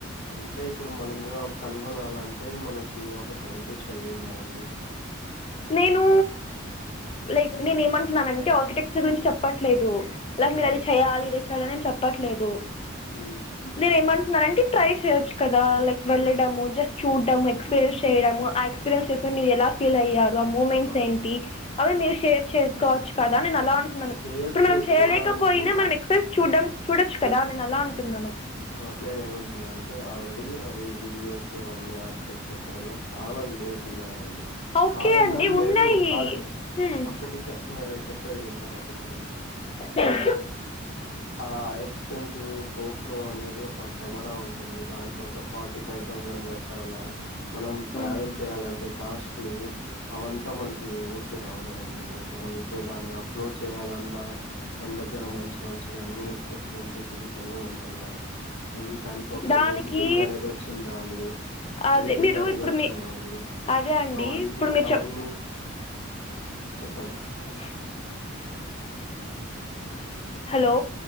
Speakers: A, on the left; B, on the left.
A: అంటే ఇప్పుడు మనం కనుగొనాలంటే మనకి ఒక సైంటిస్ట్ అయి ఉండాలి
B: నేను లైక్ నేను ఏమంటున్నానంటే ఆర్కిటెక్ గురించి చెప్పట్లేదు లాక్ మీరు
A: హ్మ్.
B: అది చేయాలి ఇది చేయాలి నేను చెప్పట్లేదు
A: హ్మ్.
B: నేను ఏమ న్న అంటే ట్రై చేయచ్చు కదా లైక్ వెళ్ళడము జస్ట్ చూడము ఎక్స్పీరియన్స్ చేయడము ఆ ఎక్స్పీరియన్స్ చేసే మీరు ఎలా ఫీల్ అయ్యారు ఆ మూమెంట్స్
A: అవును.
B: ఏంటి అవి మీరు షేర్ చేసుకోవచ్చు కదా అ అలా ఉంటున్నాను
A: షేర్
B: ఇప్పుడు
A: చేసుకోడానికి
B: మనం చేయలేకపోయినా మనం ఎక్సైస్ చూడం చూడచ్చు కదా నేను అలా అంటున్నాను
A: హ నేనే ఏమంటున్నా అంటే ఆల్రెడీ అవి వీడియోస్ అవన్నీ ఆర్కిటెక్చర్ పరంగా చాలా వీడియోస్ ఉన్నాయండి డి
B: ఓకే
A: కాదండం
B: అండి
A: లేదు
B: ఉన్నాయి
A: కాదం
B: హ్మ్.
A: ఒక్కటి చ చెప్పేది వింటారా కొద్దిగా
B: హ్మ్.
A: ఆ ఎస్పెన్ గో ప్రో అనేది ఒక కెమెరా ఉంటుంది దానికి ఒక ఫార్టీ ఫైవ్ తవుజ్ పెట్టాల మనం ట్రావెల్
B: హ్మ్.
A: చేయాలంటే కాస్ట్లీ అవంతా మనకి ఊరికే రావు కదండి మనం ఇప్పుడు దాన్ని అప్లోడ్ చేయాలన్నా మన దగ్గర మంచి మంచిగా అన్ని ఎక్స్పెన్సివ్ థింగ్స్ అన్ని ఉండాల దానికి ఒక
B: దానికి
A: ఎడిటింగ్ అనేది వచ్చి ఉండాలి
B: అదే
A: ఎడిటింగ్
B: మీరు
A: అనేది
B: ఇప్పుడు
A: వచ్చి
B: మీ
A: ఉండాలి
B: అదే అండి
A: అవన్నీ
B: ఇప్పుడు మీరు
A: అవన్నీ
B: చెప్
A: చెప్పండి చెప్పండి
B: <inaudible> హలో